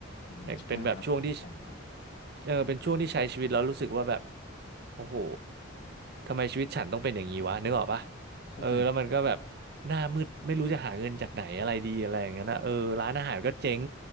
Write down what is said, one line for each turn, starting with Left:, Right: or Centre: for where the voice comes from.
Left: อืมใช่ครับเข้าใจครับ
Right: แต่เป็นแบบช่วงที่เออเป็นช่วงที่ใช้ชีวิตแล้วรู้สึกว่าแบบโอ้โหทำไมชีวิตฉันต้องเป็นอย่างนี้วะนึกออกปะ
Left: เข้าใจ
Right: เออแล้วมันก็แบบหน้ามืดไม่รู้จะหาเงินจากไหนอะไรดีอะไรอย่างเงี้ยนะเออร้านอาหารก็เจ๊ง